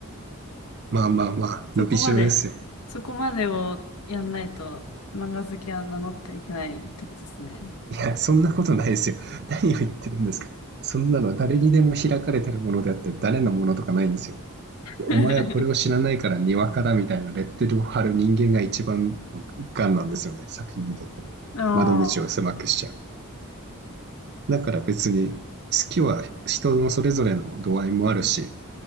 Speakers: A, on the right (about 50°); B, on the left (about 80°).
A: まあまあまあ、
B: そこまで、
A: 伸びしろですよ。
B: そこまでをやんないと漫画好きは名乗ってはいけないってことですね。
A: いや、そんなことないですよ。<laughs> 何を言ってるんですか。そんなの誰にでも開かれてるものであって、誰のものとかないんですよ。で、
B: <laughs>
A: お前はこれを知らないからにわかだみたいなレッテルを貼る人間が一番の癌なんですよね、作品にとっての。
B: あ
A: 窓口を狭くしちゃう。だから別に、好きは人のそれぞれの度合いもあるし、